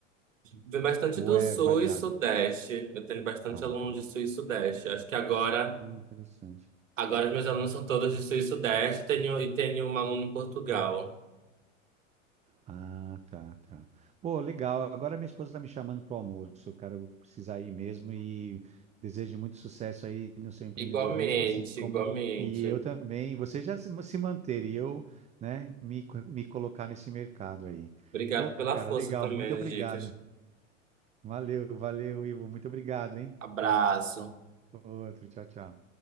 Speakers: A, on the right; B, on the right.
A: Vem bastante
B: Ou
A: do
B: é
A: Sul
B: variado?
A: e Sudeste. Eu tenho bastante
B: Tá.
A: aluno de Sul e Sudeste. Acho que agora,
B: Hum, Interessante.
A: agora os meus alunos são todos de Sul e Sudeste. Tenho, e tenho um aluno em Portugal.
B: Ah, tá, tá. Pô, legal. Agora minha esposa tá me chamando pro almoço, cara. Eu vou precisar ir mesmo e desejo muito sucesso aí no seu empreendedorismo,
A: Igualmente,
B: assim como
A: igualmente.
B: e eu também. Você já se, se manter e eu, né, me, co- me colocar nesse mercado aí.
A: Obrigado
B: Pô,
A: pela
B: cara,
A: força
B: legal.
A: também,
B: Muito obrigado.
A: as dicas.
B: Valeu, valeu, Ivo. Muito obrigado, hein?
A: Abraço.
B: Outro, tchau, tchau.